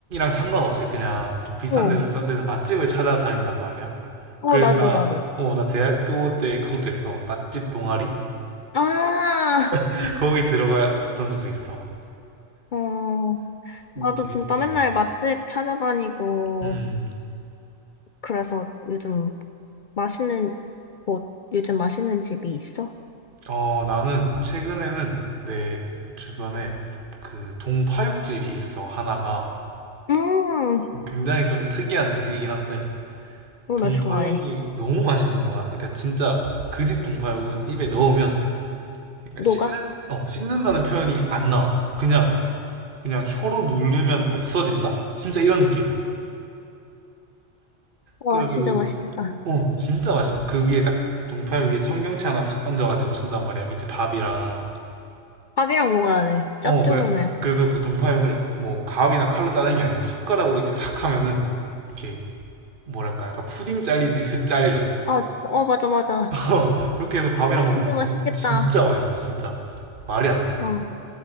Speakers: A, on the right (about 45°); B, on the left (about 55°).
A: 상관없이 그냥 좀 비싼
B: 어,
A: 데든 싼 데든 맛집을 찾아다닌단 말이야.
B: 어,
A: 그래서
B: 나도,
A: 나,
B: 나도.
A: 어, 나 대학교 때 그것도 했어. 맛집 동아리?
B: 아,
A: <laughs> 거기 들어갔던 적도 있어.
B: 어, 나도
A: 음, 재밌지.
B: 진짜 맨날 맛집 찾아다니고.
A: 음,
B: 그래서 요즘 맛있는, 뭐, 요즘 맛있는 집이 있어?
A: 어, 나는 최근에는 내 주변에 그 동파육집이 있어, 하나가.
B: 음,
A: 굉장히 좀 특이한 음식이긴 한데,
B: 어,
A: 동파육이
B: 나 좋아해.
A: 너무 맛있는 거야. 그러니까 진짜 그 집 동파육은 입에 넣으면 그러니까
B: 녹아?
A: 씹는 어 씹는다는 표현이 안 나와. 그냥 그냥 혀로 누르면 없어진다. 진짜 이런 느낌이야.
B: 와,
A: 그래가지고
B: 진짜 맛있겠다.
A: 어 진짜 맛있는 그 위에 딱 동파육 위에 청경채 하나 싹 얹어가지고 준단 말이야. 밑에 밥이랑
B: 밥이랑 먹어야 돼. 짭조름해.
A: 어 그, 그래서 그 동파육을 뭐 가위나 칼로 자르는 게 아니고 숟가락으로 이렇게 싹 하면은 이렇게 뭐랄까 약간 푸딩 잘리듯이 슥 잘려.
B: 아, 어, 맞아, 맞아.
A: <laughs> 그렇게 해서 밥이랑
B: 아,
A: 먹으면
B: 진짜
A: 진,
B: 맛있겠다.
A: 진짜 맛있어 진짜 말이 안 돼.
B: 어,